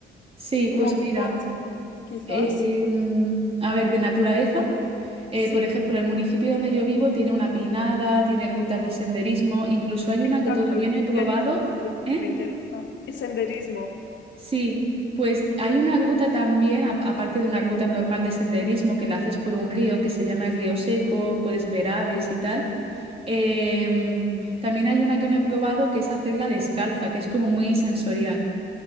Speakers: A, on the right; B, on the left.
A: Sí,
B: Como
A: pues mira.
B: bosque, quizás.
A: Eh, em, a ver, de naturaleza. eh,
B: Sí,
A: por ejemplo, el municipio donde yo vivo tiene una pinada, tiene rutas de senderismo, incluso hay
B: exacto.
A: una que todavía no he probado.
B: Senderismo es lo
A: ¿eh?
B: que me interesa. Y senderismo.
A: Sí, pues hay una ruta también, a- aparte de una ruta normal de senderismo que la haces por un río que se llama el Río Seco, puedes ver aves y tal. Em, también hay una que no he probado que es hacerla descalza, que es como muy sensorial.